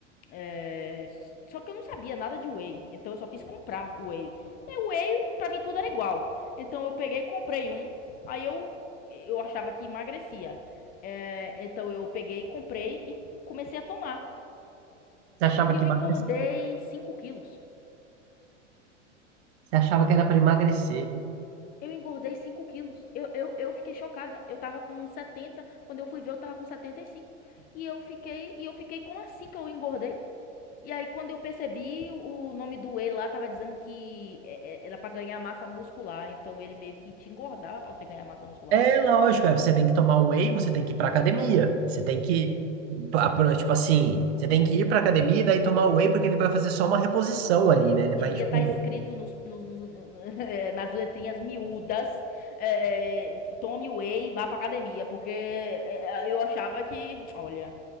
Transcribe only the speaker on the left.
É, só que eu não sabia nada de whey, então eu só fiz comprar whey. E whey, pra mim, tudo era igual. Então eu peguei, comprei um, aí eu, eu achava que emagrecia. É, então eu peguei, comprei e comecei a tomar.
E
eu
engordei 5 quilos.
Eu engordei 5 quilos. Eu, eu, eu fiquei chocada. Eu tava com setenta Quando eu fui ver, eu tava com setenta E cinco. E eu fiquei, e eu fiquei como assim que eu engordei? E aí, quando eu percebi, o nome do whey lá tava dizendo que é- é- era pra ganhar massa muscular. Então, ele meio que te engordava pra você ganhar massa muscular.
Devia
estar escrito nos, nos- nos- <laughs> nas letrinhas miúdas: é, tome whey e vá pra academia. Porque é, eu achava que, olha,